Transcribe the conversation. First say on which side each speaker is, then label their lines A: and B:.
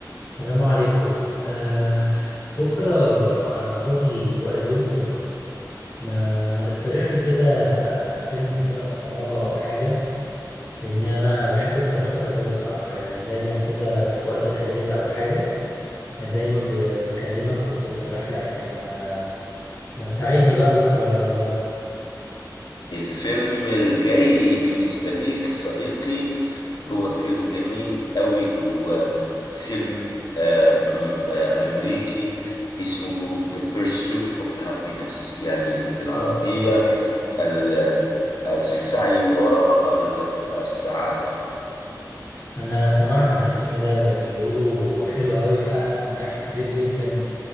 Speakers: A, on the left; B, on the left.
A: السلام عليكم أه بكرة أنا فاضي الوقت اليوم كله ما ما تقترح لي كده فيلم كده أتفرجه أو حاجة لأن أنا بحب اقتراحاتك أوي صراحة يعني دايما كده في وقت الأجازة أو حاجة آه، دايما ب- بكلمك وبتقترح لي أفلام ما, ما تساعدني بقى بكرة يلا بقى
B: الفيلم الجاي بالنسبة ليك صديقي هو فيلم جميل قوي هو فيلم آه، م- آه، أمريكي اسمه The Pursuit of Happiness يعني بالعربية
A: أوكي
B: ال- السعي وراء ال- السعادة
A: أنا سمعت عن الفيلم ده بيقولوا حلو أوي وحقق نجاح كبير جدا